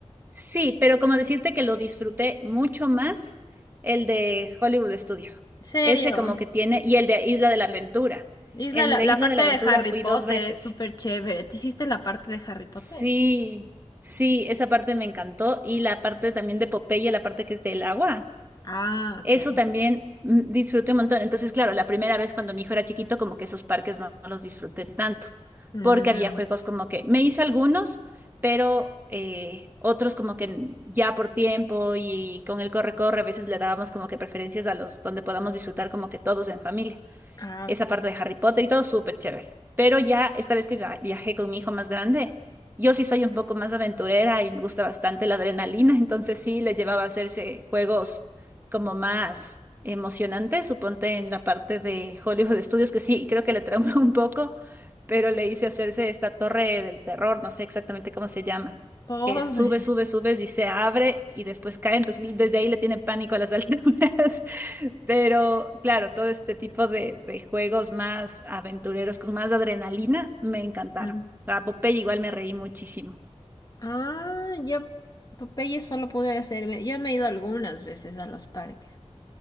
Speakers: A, on the right; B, on the left.
A: sí, pero como decirte que lo disfruté mucho más el de Hollywood Studio.
B: ¿En serio?
A: Ese como que tiene, y el de Isla de la Aventura.
B: Isla,
A: El
B: la,
A: de
B: la
A: Isla
B: parte
A: de la Aventura
B: de Harry
A: fui
B: Potter
A: dos veces.
B: es súper chévere. ¿Te hiciste la parte de Harry Potter?
A: Sí, sí, esa parte me encantó. Y la parte también de Popeye, la parte que es del agua.
B: Ah,
A: Eso
B: ok.
A: también mm, disfruté un montón. Entonces, claro, la primera vez cuando mi hijo era chiquito, como que esos parques no, no los disfruté tanto,
B: Mm,
A: porque había juegos como que me hice algunos, pero eh, otros como que ya por tiempo y con el corre-corre, a veces le dábamos como que preferencias a los donde podamos disfrutar como que todos en familia
B: ah,
A: esa
B: ok.
A: parte de Harry Potter y todo súper chévere. Pero ya esta vez que via- viajé con mi hijo más grande, yo sí soy un poco más aventurera y me gusta bastante la adrenalina, <laughs> entonces sí le llevaba a hacerse juegos como más emocionantes, suponte en la parte de Hollywood Studios, que sí, creo que le trauma <laughs> un poco, pero le hice hacerse esta torre del terror, no sé exactamente cómo se llama.
B: Pobre.
A: que sube, sube, subes y se abre y después cae. Entonces, desde ahí le tiene pánico a las <laughs> alturas. Pero claro, todo este tipo de, de juegos más aventureros, con más adrenalina, me encantaron.
B: Mm.
A: Para Popeye igual me reí muchísimo.
B: Ah, yo Popeye solo pude hacerme, yo me he ido algunas veces a los parques.